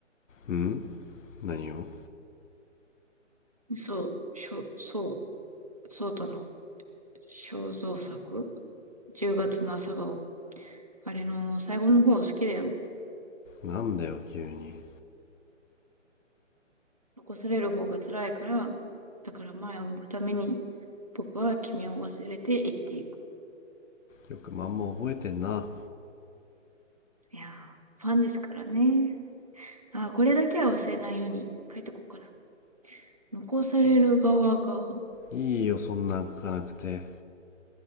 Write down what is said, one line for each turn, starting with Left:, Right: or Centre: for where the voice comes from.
Left: うん何を
Right: ん。そう、しょ、そう、ソータの肖像作 ?10 月の朝顔。あれの最後の方好きだよ。
Left: なんだよ急に
Right: 残される方が辛いから、だから前を向くために僕は君を忘れて生きていく。
Left: よくまんま覚えてんな
Right: いやー、ファンですからね。あー、これだけは忘れないように書いとこうかな。残される側が
Left: いいよそんなん書かなくて